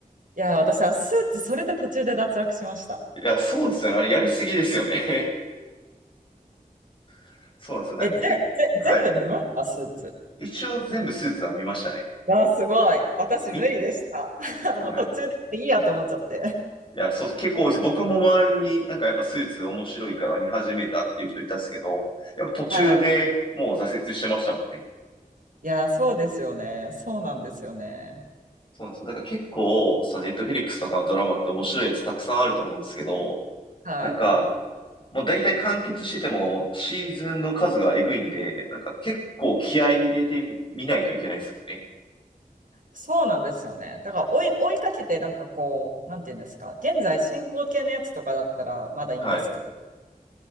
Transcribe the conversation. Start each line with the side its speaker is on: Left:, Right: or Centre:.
Right: いやー、私はスーツ、それで途中で脱落しました。
Left: いや、そうですよね。あれやりすぎですよね。<laughs> そうなんですよ。なんか結構、
Right: え、ぜ、ぜ、全部見ましたスーツ。
Left: はい。一応全部スーツは見ましたね。
Right: ああ、すごい。私無理でした。
Left: み、
Right: <laughs>
Left: はい。
Right: もう途中でいいやと思っちゃって。
Left: いや、そうそう、結構多いです。僕も周りになんかやっぱスーツ面白いから見始めたっていう人いたっすけど、やっぱ途中でもう挫折してましたもんね。
Right: はい。いやー、そうですよね。そうなんですよね。
Left: そうなんですよ。だから結構、そのネットフリックスとかのドラマって面白いやつたくさんあると思うんですけど、
Right: はい。
Left: なんか、もう大体完結しててもシーズンの数がえぐいんで、なんか結構気合い入れてみないといけないですよね。
Right: そうなんですよね。だから追い、追いかけて、なんかこう、なんていうんですか、現在進行形のやつとかだったらまだいいんですけど、
Left: はい。